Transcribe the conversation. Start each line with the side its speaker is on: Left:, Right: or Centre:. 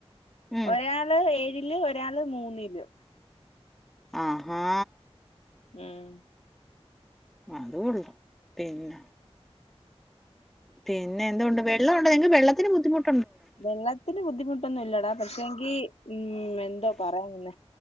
Centre: ഉം
Left: ഒരാള് എഴ് ഇല് ഒരാള് മൂന്നില്
Centre: ആഹാ
Left: ഉം
Centre: അത് കൊള്ളും പിന്നെ പിന്നെ എന്തൊണ്ട് വെള്ള - <unintelligible> വെള്ളത്തിന് ബുദ്ധിമു-
Left: വെള്ളത്തിന് ബുദ്ധിമുട്ടൊന്നുംല്ലടാ പക്ഷേെങ്കി ഊം എന്തോ പറയാൻനിന്നെ